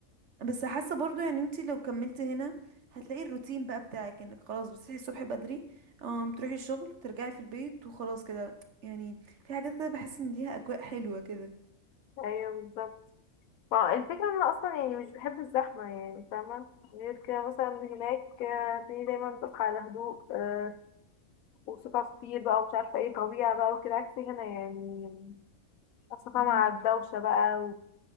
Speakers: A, on the right; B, on the left.
A: بس حاسه برضو يعني انت لو كملتي هنا هتلاقي الروتين بقى بتاعك انك خلاص بتصحي الصبح بدري آم، تروحي الشغل ترجعي في البيت وخلاص كده يعني في حاجات كده بحس ان ليها اجواء حلوه كده
B: أيوه بالظبط فا الفكرة إن أنا أصلا يعني مش بحب الزحمة يعني فاهمة غير كده مثلا هناك آه، في دايما بصحى على هدوء آه، وصوت عصافير بقى ومش عارفة ايه طبيعة بقى وكده عكس هنا يعني أصلا
A: مم.
B: مع الدوشة بقى